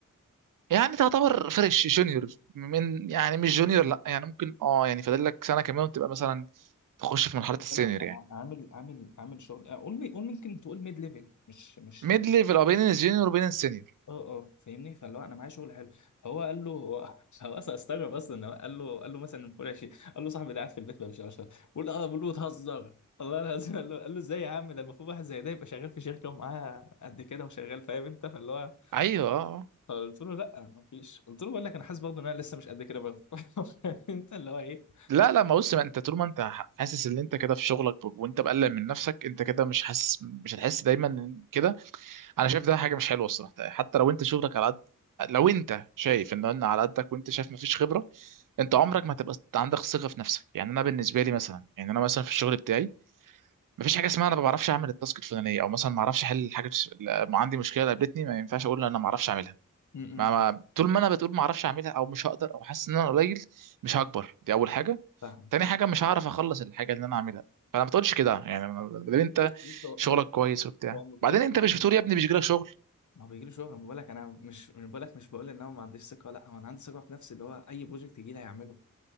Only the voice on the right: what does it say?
يعني تعتبر فريش جونيور من يعني مش جونيور لا يعني ممكن اه يعني فاضل لك سنه كمان وتبقى مثلا تخش في مرحله السينيور
يعني
ميد
ليفل او بين الجونيور وبين السينيور
ايوه آه.
لا لا ما بص ما انت طول ما انت ح- حاسس ان انت كده في شغلك وانت مقلق من نفسك انت كده مش حاسس مش هتحس دايما إن كده انا شايف ده حاجه مش حلوه الصراحه يعني حتى لو انت شغلك على قد لو انت شايف ان انا على قدك وانت شايف مفيش خبره انت عمرك ما هتبقى عندك ثقه في نفسك يعني انا بالنسبه لي مثلا يعني انا مثلا في الشغل بتاعي مفيش حاجه اسمها انا ما بعرفش اعمل التاسك الفلانيه او مثلا ما اعرفش احل حاجه ما عندي مشكله قابلتني ما ينفعش اقول انا ما اعرفش اعملها
ما,
ما طول ما انا بتقول ما اعرفش اعملها او مش هقدر او حاسس ان انا قليل مش هكبر دي اول حاجه
تاني حاجه مش هعرف اخلص الحاجه اللي انا عاملها فانا ما تقولش كده يعني ما- ما دام انت
شغلك كويس وبتاع
بعدين انت
مش
بتقول يا
ابني مش جالك شغل